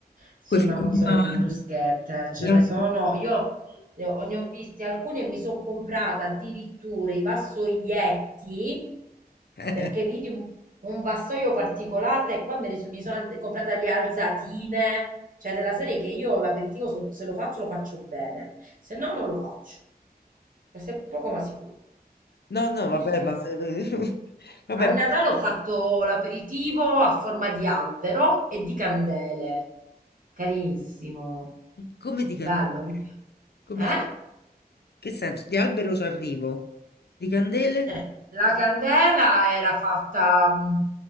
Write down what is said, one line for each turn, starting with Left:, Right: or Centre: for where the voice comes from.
Right: Sì,
Left: Quei
Right: ma
Left: formaggi.
Right: non solo di bruschette, ce
Left: la-
Right: ne sono. Io ne ho, ne ho viste alcune e mi sono comprata addirittura i vassoietti
Left: <laughs>
Right: perché
Left: Eh,
Right: vidi un, un vassoio particolare e qua me ne so- mi sono alz- comprata le alzatine, cioè della serie che io l'aperitivo se se lo faccio lo faccio bene, se no non lo faccio. Questo è poco ma sicuro.
Left: No, no,
Right: Sì,
Left: vabbè,
Right: sì.
Left: ma... <laughs> vabbè,
Right: A Natale
Left: ma
Right: ho fatto l'aperitivo a forma di albero e di candele. Carinissimo.
Left: come di candele?
Right: Bello, mi piace.
Left: Come
Right: Eh?
Left: fa- Che senso? Di albero ci arrivo. Di candele?
Right: Eh, la candela era fatta mh,